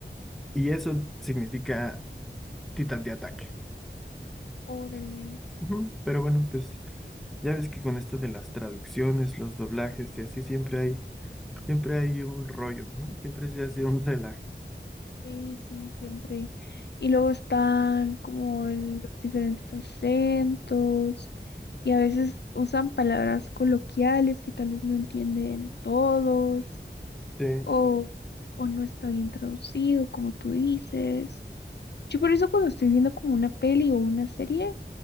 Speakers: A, in the centre; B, on the left (about 65°).
A: Y eso significa Titán de ataque.
B: Órale.
A: Ujú, Pero bueno, pues ya ves que con esto de las traducciones, los doblajes y así siempre hay, siempre hay un rollo, ¿no?
B: Sí,
A: Siempre se hace un relajo.
B: sí, sí, siempre. Y luego están como los diferentes acentos y a veces usan palabras coloquiales que tal vez no entienden todos
A: Sí,
B: o, o no está bien traducido, como tú dices. Yo por eso cuando estoy viendo como una peli o una serie,